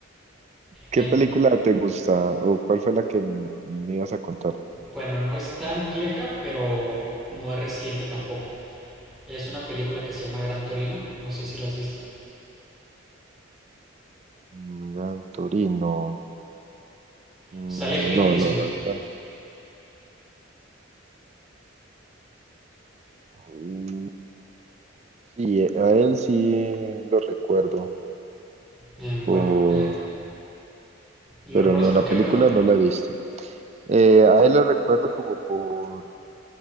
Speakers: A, on the right; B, in the centre.
A: ¿qué
B: Em,
A: película te gusta o cuál fue la que m- me ibas a contar?
B: bueno, no es tan vieja, pero no es reciente tampoco. Es una película que se llama Gran Torino, no sé si la has visto.
A: Mm, Gran Torino. Mm,
B: Sale Clint
A: No,
B: Eastwood.
A: no, la verdad no. Mm, Sí, eh, a él sí lo recuerdo,
B: Em,
A: por-
B: bueno, em, ¿lo
A: pero
B: recuerdas
A: no,
B: por
A: la
B: qué,
A: película
B: perdón?
A: no la he visto. Eh, a él lo recuerdo como por,